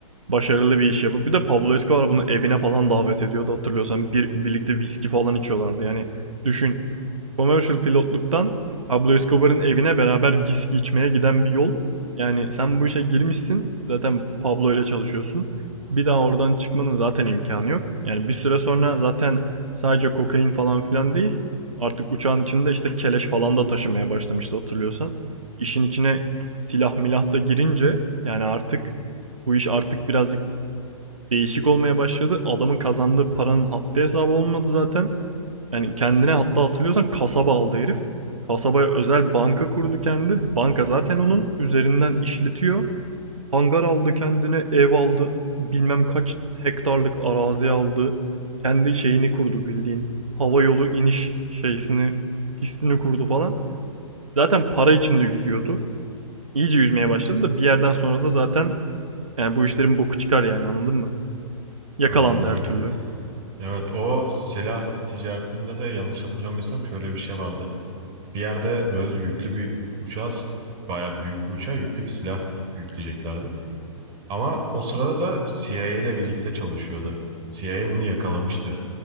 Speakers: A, on the right (about 75°); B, on the right (about 25°).
A: başarılı bir iş yapıp bir de Pablo Escobar bunu evine falan davet ediyordu hatırlıyorsan bir, birlikte viski falan içiyorlardı. Yani düşün Commercial pilotluktan Pablo Escobar'ın evine beraber viski içmeye giden bir yol. Yani sen bu işe girmişsin. Zaten Pablo ile çalışıyorsun. Bir daha oradan çıkmanın zaten imkanı yok. Yani bir süre sonra zaten sadece kokain falan filan değil. Artık uçağın içinde işte keleş falan da taşımaya başlamıştı hatırlıyorsan. İşin içine silah milah da girince yani artık bu iş artık birazcık değişik olmaya başladı. Adamın kazandığı paranın haddi hesabı olmadı zaten. Yani kendine hatta hatırlıyorsan kasaba aldı herif. Kasabaya özel banka kurdu kendi. Banka zaten onun üzerinden işletiyor. Hangar aldı kendine, ev aldı. Bilmem kaç hektarlık arazi aldı. Kendi şeyini kurdu bildiğin. Hava yolu iniş şeysini, pistini kurdu falan. Zaten para içinde yüzüyordu. İyice yüzmeye başladı da bir yerden sonra da zaten yani bu işlerin boku çıkar yani anladın mı? Yakalandı
B: Aynen öyle.
A: her türlü.
B: Evet, o silah ticaretinde de yanlış hatırlamıyorsam şöyle bir şey vardı. Bir yerde böyle yüklü bir uçağa, bayağı büyük bir uçağa yüklü bir silah yükleyeceklerdi. Ama o sırada da CIA ile birlikte çalışıyordu. CIA bunu yakalamıştı.